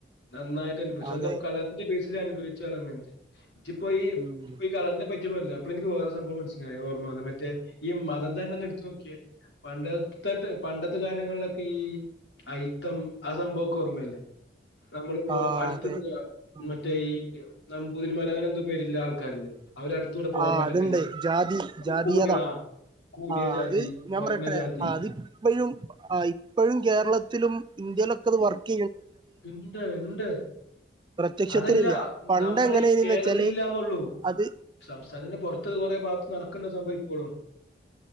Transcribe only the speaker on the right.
അതെ
ഉം
ആ
അതെ
ഉം
ആ
അതുണ്ട് ജാതി
ജാതീയത
ആ
അത് ഞാൻ
പറയട്ടെ
അത് പ്പഴും ആ ഇപ്പഴും കേരളത്തിലും ഇന്ത്യയിലൊക്കത് വർകി
പ്രത്യക്ഷത്തിലില്ല
പണ്ട്
എങ്ങനെയായിന്ന്
വെച്ചാല് അത്